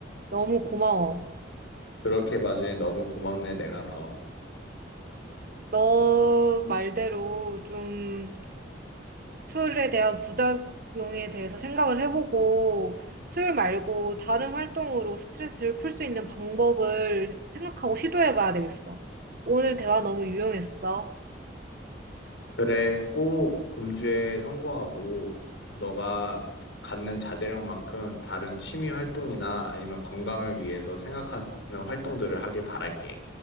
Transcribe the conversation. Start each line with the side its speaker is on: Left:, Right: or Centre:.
Right: 너무 고마워.
Left: 그렇게 봐주니 너무 고맙네, 내가 더.
Right: 너 말대로 좀 술에 대한 부작용에 대해서 생각을 해보고, 술 말고 다른 활동으로 스트레스를 풀 수 있는 방법을 생각하고 시도해봐야 되겠어. 오늘 대화 너무 유용했어.
Left: 그래, 꼭 금주에 성공하고 너가 갖는 자제력만큼 다른 취미 활동이나 아니면 건강을 위해서 생각하는 활동들을 하길 바랄게.